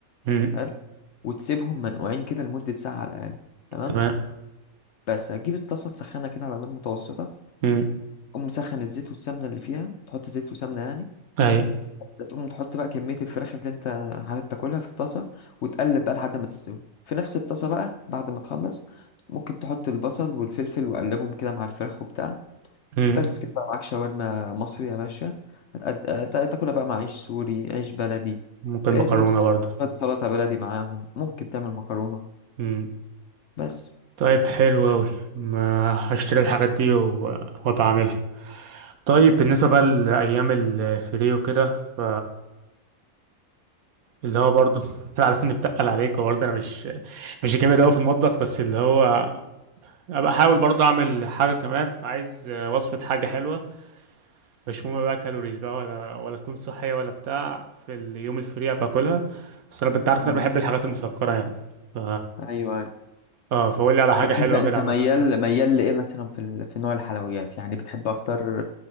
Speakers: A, on the right (about 75°); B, on the left (about 60°).
A: مم.
B: حلو وتسيبهم منقوعين كده لمده ساعه على الاقل تمام
A: تمام
B: بس هتجيب الطاسه تسخنها كده على نار متوسطه
A: مم.
B: تقوم مسخن الزيت والسمنة اللي فيها تحط زيت وسمنة يعني
A: هاي
B: بس تقوم تحط بقى كمية الفراخ اللي انت حابب تاكلها في الطاسة وتقلب بقى لحد ما تستوي في نفس الطاسة بقى بعد ما تخلص ممكن تحط البصل والفلفل وقلبهم كده مع الفراخ وبتاع
A: مم.
B: بس كده بقى معاك شاورما مصري يا باشا هتقد- تا- تاكلها بقى مع عيش سوري عيش بلدي
A: ممكن
B: ده
A: مكرونة
B: تجيب سلطة
A: برضو
B: شوية سلطة بلدي معاهم ممكن تعمل مكرونة
A: مم.
B: بس
A: طيب حلو أوي ما هشتري الحاجات دي و- وبعملها طيب بالنسبة بقى لأيام الفري وكده ف اللي هو برضو <laughs> أنا عارف إني بتقل عليك وبرضه أنا مش مش جامد أوي في المطبخ بس اللي هو أبقى أحاول برضه أعمل حاجة كمان فعايز وصفة حاجة حلوة مش مهم بقى كالوريز بقى ولا ولا تكون صحية ولا بتاع في اليوم الفري باكلها بس انا انت عارف
B: مم.
A: ان انا بحب الحاجات المسكرة يعني ف
B: ايوه أيوة.
A: اه فقول لي على حاجة
B: طب
A: حلوة
B: انت انت
A: كده اعملها
B: ميال ميال لايه مثلا في ال- في نوع الحلويات يعني بتحب اكتر